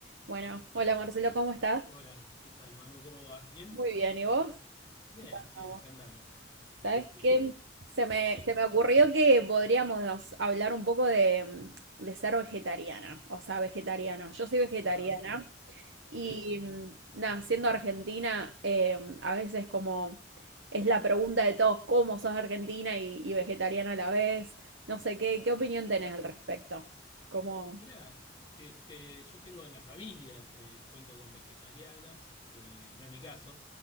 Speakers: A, on the right; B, on the left.
A: Bueno, hola Marcelo, ¿cómo estás?
B: Hola, ¿qué tal, Manu? ¿Cómo vas? ¿Bien?
A: Muy bien, ¿y vos?
B: Bien, bien,
A: Bravo.
B: acá andamos.
A: ¿Sabes
B: Este,
A: qué? Se me,
B: sí.
A: se me ocurrió que podríamos hablar un poco de, de ser vegetariana, o sea, vegetariano. Yo soy vegetariana
B: Ah, mira,
A: y
B: mira,
A: mm, nada, siendo argentina, eh, a veces como es la pregunta de todos, ¿cómo sos argentina y, y vegetariana a la vez? No sé, ¿qué, qué opinión tenés al respecto? Como...
B: mira. Este, yo tengo en la familia, eh, cuento con vegetarianas, eh, no es mi caso,